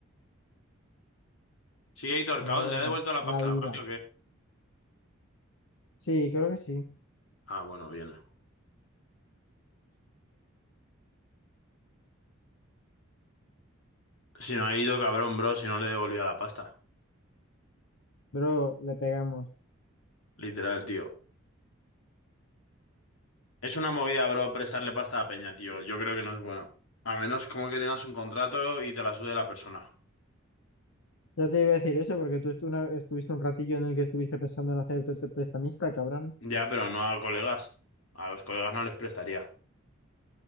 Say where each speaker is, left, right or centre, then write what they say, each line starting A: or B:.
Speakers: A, on the left (about 85°); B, on the left (about 65°).
A: ¿Sigue ahí torcado?
B: Pero bueno.
A: ¿Le ha devuelto la
B: La
A: pasta
B: vida.
A: a la mami o qué?
B: Sí, creo que sí.
A: Ah, bueno, bien. Si no ha ido, cabrón, bro, si no le devolvía la pasta.
B: Bro, le pegamos.
A: Literal, tío. Es una movida, bro, prestarle pasta a Peña, tío. Yo creo que no es bueno. A menos como que tengas un contrato y te la sude la persona.
B: Ya te iba a decir eso porque tú estu- una- estuviste un ratillo en el que estuviste pensando en hacerte prestamista, cabrón.
A: Ya, pero no a colegas. A los colegas no les prestaría.